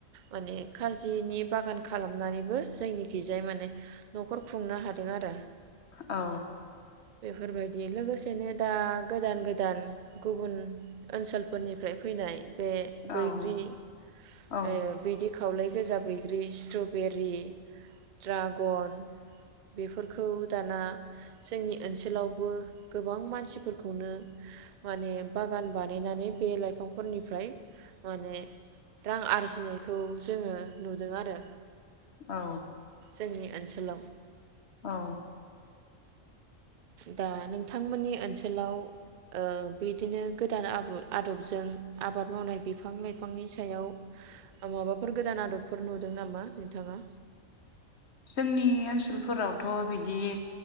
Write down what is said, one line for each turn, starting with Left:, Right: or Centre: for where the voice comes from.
Right: माने खारजिनि बागान खालामनानैबो जोंनिखैजाय माने नखर खुंनो हादों आरो
Left: औ
Right: बेफोरबायदि लोगोसेनो दा गोदान गोदान गुबुन ओनसोलफोरनिफ्राय फैनाय बे
Left: औ
Right: बैग्रि
Left: औ
Right: ओ बैदि खावलाय गोजा बैग्रि स्टप बेरि ड्रागन बेफोरखौ दाना जोंनि ओनसोलावबो गोबां मानसिफोरखौनो माने बागान बानायनानै बे लाइफांफोरनिफ्राय माने रां आरजिनो खौ जोङो नुदों आरो।
Left: औ
Right: जोंनि ओनसोलाव
Left: औ
Right: दा नोंथांमोननि ओनसोलाव ओ बिदिनो गोदान आबु-आदबजों आबाद मावनाय बिफां लाइफांनि सायाव माबाफोर गोदान आदबफोर नुदों नामा नोंथाङा?
Left: जोंनि ओनसोलफोरावथ बिदि